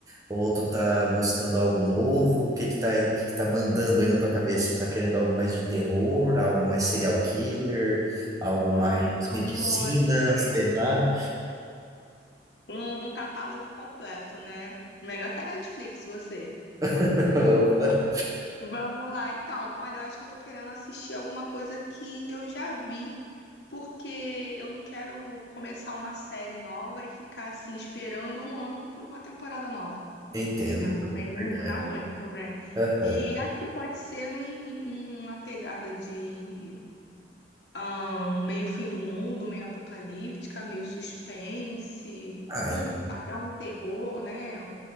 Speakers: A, on the right; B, on the left.
A: Ou tu tá buscando algo novo? O que que tá aí, o que que tá mandando aí na tua cabeça? Tá querendo algo mais de terror, algo mais serial killer, algo mais
B: Olha, também
A: medicina,
B: gosto, hein?
A: sei lá.
B: Um, um catálogo completo, né? Melhor que a Netflix, você.
A: <laughs> Opa.
B: Vamos lá, então. Olha, eu acho que eu tô querendo assistir alguma coisa que eu já vi. porque eu não quero começar uma série nova e ficar assim esperando um ano por uma temporada nova.
A: Entendo,
B: Ah,
A: entendo,
B: também
A: é
B: não,
A: verdade.
B: não aguento, né?
A: Aham.
B: E acho que pode ser num ini- numa pegada de ahn, meio fim do mundo, meio apocalíptica, meio suspense,
A: Ah, en-
B: um- até um terror, né?